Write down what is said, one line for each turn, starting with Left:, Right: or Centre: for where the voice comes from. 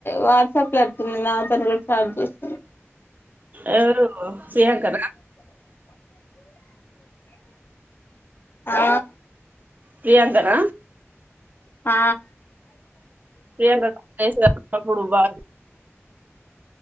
Left: వాట్సాప్ లో వచ్చింది నాతోను కూడా చాట్ చేసింది
Right: ఎవరు ప్రియాంక నా
Left: ఆ
Right: ప్రియాంకన
Left: ఆ
Right: ప్రియాంక చేసినప్పుడు బా